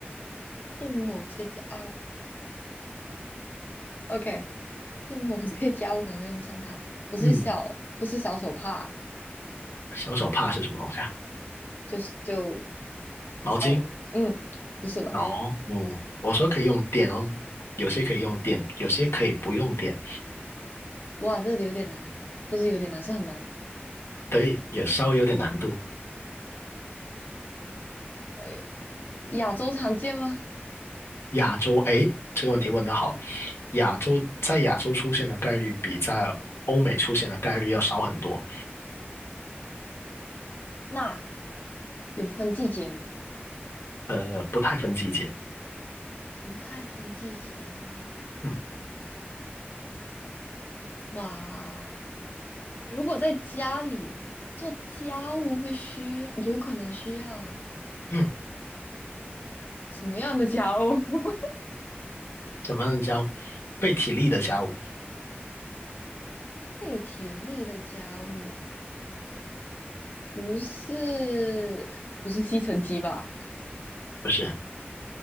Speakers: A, on the left; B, on the left.
A: 做某些家啊，OK，做某些 <laughs> 家务可能会用上它，不是小，
B: 嗯，
A: 不是小手帕，
B: 小手帕是什么东西啊？
A: 就是就
B: 毛巾。
A: 小，嗯，不是吧？
B: 哦，嗯，我说可以用电哦，有些可以用电，有些可以不用电。
A: 哇，这有点难，不是有点难，是很难。
B: 对，也稍微有点难度。
A: 哎，亚洲常见吗？
B: 亚洲，哎，这个问题问得好，亚洲在亚洲出现的概率比在欧美出现的概率要少很多，
A: 那有分季节吗？
B: 呃，不太分季节。
A: 不太分季节。
B: 嗯
A: 哇，如果在家里做家务会需要，有可能需要
B: 嗯，
A: 什么样的家务？<laughs>
B: 怎么叫被体力的家务？
A: 费体力的家务，不是不是吸尘机吧？
B: 不是，